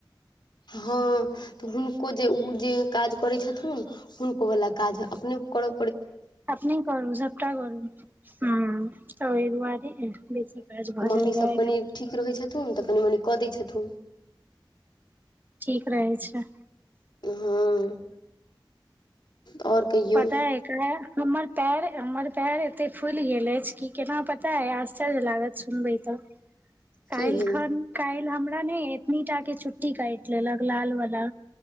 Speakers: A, on the left; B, on the right.
A: हँ तऽ हुनको जे ओ जे काज करैत छथुन हुनको वला काज अपने कर
B: अपने करू सबटा करू हूँ ओहि दुआरे काज भऽ
A: मम्मीसब
B: जाइया आइ
A: कनि
B: काल्हि
A: ठीक रहै छथुन तऽ कनि मनि कऽ दै छथुन
B: ठीक रहै छै
A: हँ आओर कहियौ
B: पता अय एकरा हमर पैर हमर पैर एते फुइल गेल अछि कि केना पता अइ आश्चर्य लागत सुनबै तऽ
A: की
B: काइल
A: भेल
B: खन काइल हमरा ने एतनीटा के चुट्टी काइट लेलक लाल बला